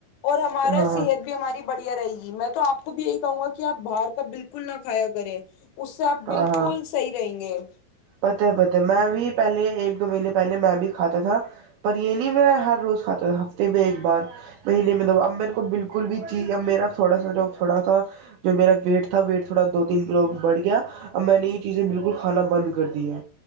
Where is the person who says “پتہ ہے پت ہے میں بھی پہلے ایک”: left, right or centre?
Right